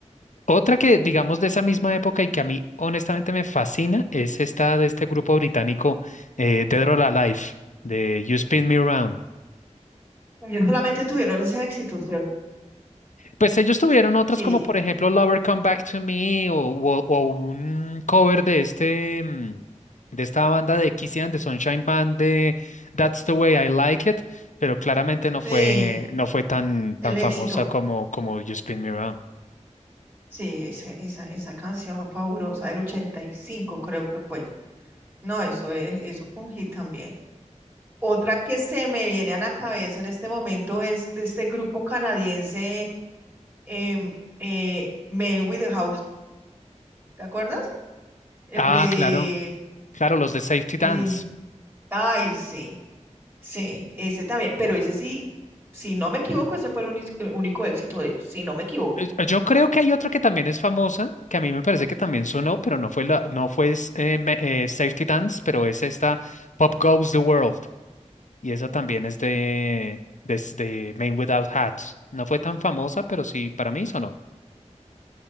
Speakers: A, on the left; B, on the right.
A: Otra que digamos de esa misma época y que a mí honestamente me fascina es esta de este grupo británico eh, Dead or Alive de You Spin Me Round.
B: Ellos solamente tuvieron ese éxito, ¿cierto?
A: Pues ellos tuvieron otras
B: Sí,
A: como por ejemplo Lover Come Back to Me o, o- o un cover de este mm, de esta banda de Kissy and the Sunshine Band de That's the Way I Like It, pero claramente no fue
B: sí,
A: no fue tan tan
B: el éxito.
A: famosa como como You Spin Me Round.
B: Sí, esa, esa, esa canción fabulosa del 85 creo que fue. No, eso es, eso fue un hit también. Otra que se me viene a la cabeza en este momento es de este grupo canadiense em, eh, Men with the House ¿Te acuerdas? El
A: Ah,
B: de...
A: claro, claro, los de Safety
B: eh,
A: Dance.
B: ay, sí, sí, ese también. Pero ese sí, si no me equivoco, ese fue el único, único éxito de ellos, si no me equivoco.
A: Yo, yo- creo que hay otra que también es famosa, que a mí me parece que también sonó, pero no fue la- no fue es- eh, me- eh, Safety Dance, pero es esta Pop Goes the World. Y esa también es de, de, s- de Men Without Hats. No fue tan famosa, pero sí, para mí sonó.